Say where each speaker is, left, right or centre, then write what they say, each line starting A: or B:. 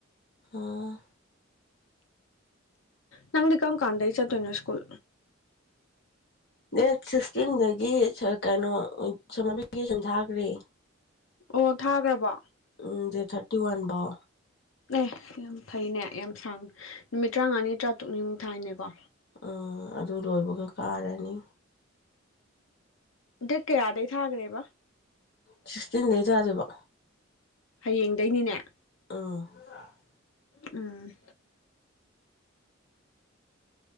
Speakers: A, on the left (about 55°); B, on the left (about 80°).
A: ꯑꯥ
B: ꯅꯪꯗꯤ ꯀꯝ ꯀꯥꯟꯗꯩ ꯆꯠꯇꯣꯏꯅꯣ ꯁ꯭ꯀꯨꯜ
A: ꯗꯦꯠ ꯁꯤꯛꯁꯇꯤꯟꯗꯒꯤ ꯁ ꯀꯩꯅꯣ ꯁꯃꯔ ꯚꯦꯀꯦꯁꯟ ꯊꯥꯒ꯭ꯔꯦ
B: ꯑꯣ ꯊꯥꯒ꯭ꯔꯕꯣ
A: ꯎꯝ ꯗꯦꯠ ꯊꯥꯔꯇꯤ ꯋꯥꯟ ꯕꯥꯎ
B: ꯑꯦ ꯌꯥꯝ ꯐꯩꯅꯦ ꯌꯥꯝ ꯁꯥꯡ ꯅꯨꯃꯤꯠ ꯇ꯭ꯔꯥꯉꯥꯅꯤ ꯇ꯭ꯔꯥꯇꯨꯛꯅꯤꯃꯨꯛ ꯊꯥꯏꯅꯦꯀꯣ
A: ꯑ ꯑꯗꯨ ꯂꯣꯏꯕꯒ ꯀꯥꯔꯅꯤ
B: ꯗꯦꯠ ꯀꯌꯥꯗꯩ ꯊꯥꯒ꯭ꯔꯦꯕ
A: ꯁꯤꯛꯁꯇꯤꯟ ꯗꯩ ꯊꯥꯗꯣꯏꯕ
B: ꯍꯌꯦꯡꯗꯩꯅꯤꯅꯦ
A: ꯑ <unintelligible>
B: ꯎꯝ